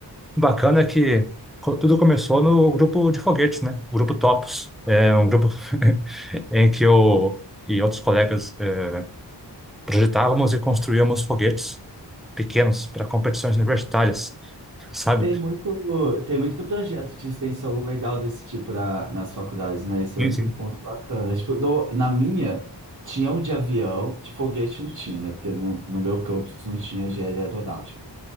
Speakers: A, in the centre; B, on the right.
A: o bacana é que co- tudo começou no grupo de foguetes, né? O grupo Topos. É um grupo <laughs> em que eu e outros colegas eh, projetávamos e construíamos foguetes pequenos para competições universitárias, sabe?
B: Tem muito, tem muito projeto de extensão legal desse tipo na- nas faculdades, né? Esse
A: Sim,
B: é outro
A: sim.
B: ponto bacana. Tipo, no- na minha, tinha um de avião, de foguete não tinha, né? Porque no, no meu campus não tinha engenharia aeronáutica.